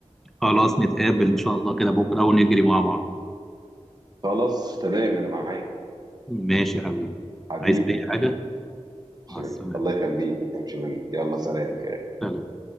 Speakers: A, in the centre; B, on the right (about 35°).
A: خلاص نتقابل إن شاء الله كده بكرة ونجري مع بعض
B: <laughs> خلاص تمام انا معاك
A: ماشي يا حبيبي
B: حبيبي
A: عايز أي حاجة؟
B: شمال.
A: مع السلامة
B: الله يخليك ما تفهمش منك يلا سلام
A: سلام.